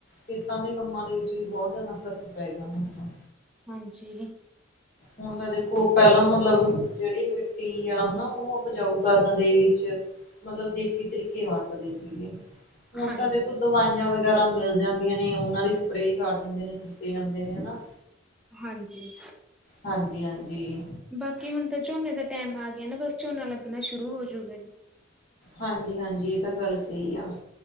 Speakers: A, on the left; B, in the centre.
A: ਖੇਤਾਂ ਦੇ ਕੰਮਾਂ ਦੇ ਵਿੱਚ ਵੀ ਬਹੁਤ ਜ਼ਿਆਦਾ ਫ਼ਰਕ ਪੈ ਗਿਆ ਹੁਣ ਤਾਂ।
B: ਹਾਂਜੀ।
A: ਹੁਣ ਤਾਂ ਦੇਖੋ ਪਹਿਲਾਂ ਮਤਲਬ ਜਿਹੜੀ ਮਿੱਟੀ ਹਨਾ, ਉਹਨੂੰ ਉਪਜਾਊ ਕਰਨ ਦੇ ਵਿੱਚ ਮਤਲਬ ਦੇਸੀ ਤਰੀਕੇ ਵਰਤਦੇ ਸੀਗੇ, ਹੁਣ
B: ਹਾਂਜੀ।
A: ਤਾਂ ਦੇਖੋ ਦਵਾਈਆਂ ਵਗੈਰਾ ਮਿਲ ਜਾਂਦੀਆਂ ਨੇ, ਉਹਨਾਂ ਦੀ ਸਪਰੇਅ ਕਰ ਦਿੰਦੇ ਨੇ ਸੁੜਕੇ ਜਾਂਦੇ ਨੇ ਹਨਾ।
B: ਹਾਂਜੀ।
A: ਹਾਂਜੀ - ਹਾਂਜੀ।
B: ਬਾਕੀ ਹੁਣ ਤਾਂ ਝੋਨੇ ਦਾ ਟਾਈਮ ਆ ਗਿਆ ਨਾ, ਬਸ ਝੋਨਾ ਲੱਗਣਾ ਸ਼ੁਰੂ ਹੋਜੂਗਾ ਜੀ।
A: ਹਾਂਜੀ - ਹਾਂਜੀ, ਇਹ ਤਾਂ ਗੱਲ ਸਹੀ ਆ।